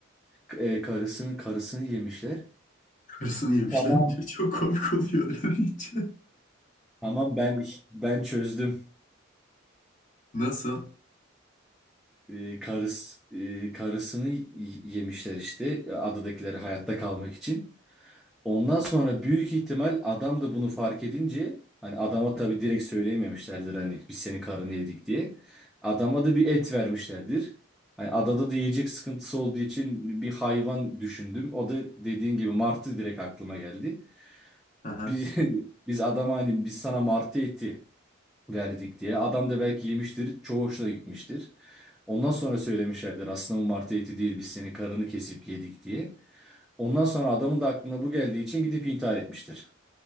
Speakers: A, in the centre; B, on the left.
A: K- E, karısını karısını yemişler.
B: Kırsını yemişler.
A: Tamam.
B: <laughs> Çok komik oluyor öyle deyince.
A: Tamam ben ben çözdüm.
B: Nasıl?
A: e, karıs e, karısını y- yemişler işte e, adadakileri hayatta kalmak için. Ondan sonra büyük ihtimal adam da bunu fark edince hani adama tabii direkt söyleyememişlerdir hani biz senin karını yedik diye. Adama da bir et vermişlerdir. Hani adada da yiyecek sıkıntısı olduğu için bir hayvan düşündüm. O da dediğin gibi martı direkt aklıma geldi.
B: Aha.
A: Biz, <laughs> biz adama hani biz sana martı eti verdik diye. Adam da belki yemiştir. Çoğu hoşuna gitmiştir. Ondan sonra söylemişlerdir aslında bu martı eti değil biz senin karını kesip yedik diye. Ondan sonra adamın da aklına bu geldiği için gidip intihar etmiştir.